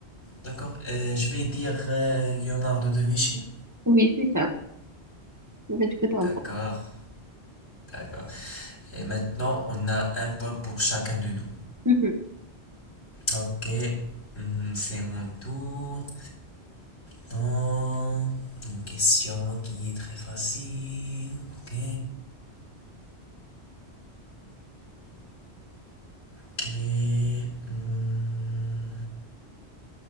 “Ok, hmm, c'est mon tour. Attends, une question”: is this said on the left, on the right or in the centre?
Left